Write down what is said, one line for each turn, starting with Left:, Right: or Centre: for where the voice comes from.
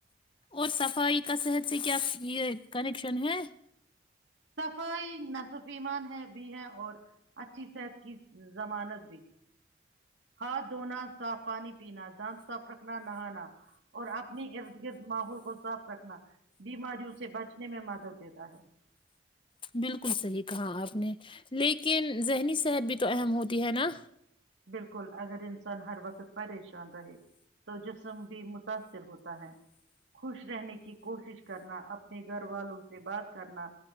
Left: اور صفائی کا صحت سے کیا یہ کنیکشن ہے
Right: صفائی نصفیمان ہے بھی ہے اور اچھی صحت کی ضمانت بھی ہاتھ دھونا صاف پانی پینا دانت صاف رکھنا نہانا اور اپنی ارد گرد ماحول کو صاف رکھنا بیماریوں سے بچنے میں مدد دیتا ہے
Left: بالکل صحیح کہا آپ نے لیکن ذہنی صحت بھی تو اہم ہوتی ہے نا
Right: بالکل اگر انسان ہر وقت پریشان رہے تو جسم بھی متاثر ہوتا ہے خوش رہنے کی کوشش کرنا اپنے گھر والوں سے بات کرنا